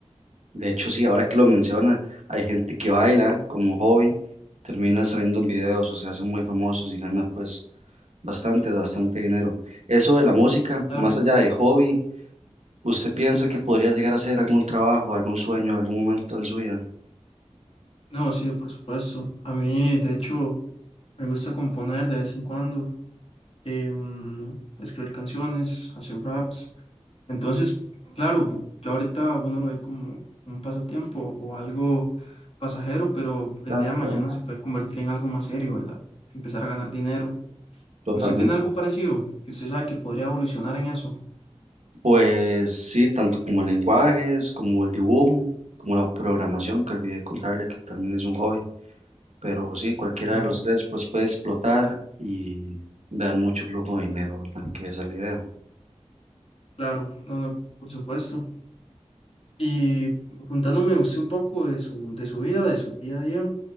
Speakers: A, on the right (about 80°); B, on the left (about 60°).
A: de hecho, sí, ahora que lo menciona, hay gente que baila como hobby, termina saliendo en videos o se hacen muy famosos y gana pues bastante, bastante dinero. Eso de la música,
B: claro.
A: más allá de hobby, ¿usted piensa que podría llegar a ser algún trabajo, algún sueño, algún momento en su vida?
B: No, sí, por supuesto. A mí, de hecho, me gusta componer de vez en cuando, em, escribir canciones, hacer raps. Entonces, claro, yo ahorita uno lo ve como un pasatiempo o algo pasajero, pero el
A: Claro,
B: día de mañana
A: claro,
B: se puede convertir en algo más serio, ¿verdad? Empezar a ganar dinero.
A: totalmente.
B: ¿Usted tiene algo parecido? Que usted sabe que podría evolucionar en eso.
A: Pues sí, tanto como lenguajes, como el dibujo, como la programación, que olvidé contarle que también es un hobby, pero sí, cualquiera
B: Entiendo.
A: de los tres pues puede explotar y dar mucho flujo de dinero, ¿verdad? Que esa es la idea.
B: Claro, no, no, por supuesto. Y contándome usted un poco de su, de su vida, de su día a día,